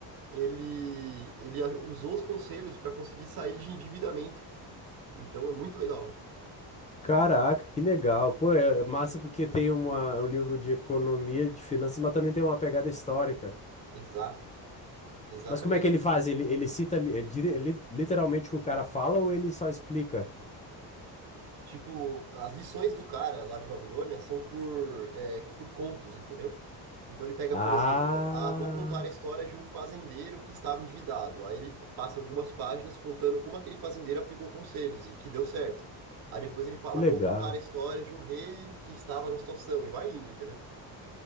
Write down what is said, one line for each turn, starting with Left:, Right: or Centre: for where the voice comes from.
Right: ele, ele a- usou os conselhos para conseguir sair de endividamento. Então, é muito legal.
Left: Caraca, que legal. Pô, é é massa porque tem uma, é um livro de economia, de finanças, mas também tem uma pegada histórica.
Right: Exato, exatamente.
Left: Mas como é que ele faz? Ele, ele cita li- é dire- li- literalmente o que o cara fala ou ele só explica?
Right: Tipo, as lições do cara lá de Babilônia são por, é, por contos, entendeu? Então ele pega,
Left: Ah,
Right: por exemplo, ah, vou contar a história de um fazendeiro que estava endividado. Aí ele passa algumas páginas contando como aquele fazendeiro aplicou conselhos e que deu certo. Aí depois ele fala,
Left: que legal.
Right: vou contar a história de um rei que estava numa situação e vai indo, entendeu?